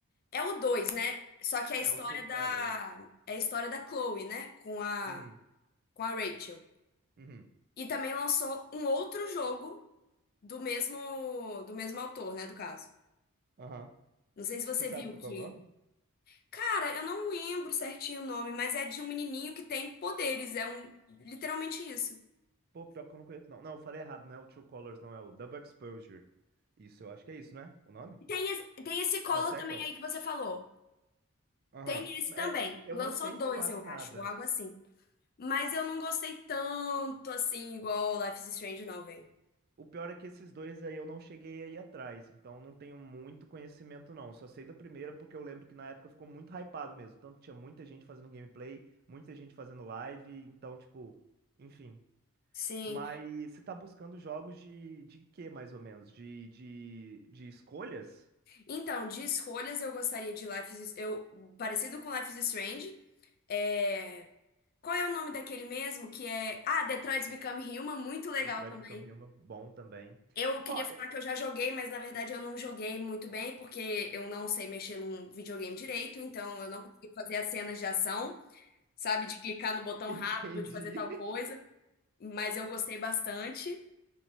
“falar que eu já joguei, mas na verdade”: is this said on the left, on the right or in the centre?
Left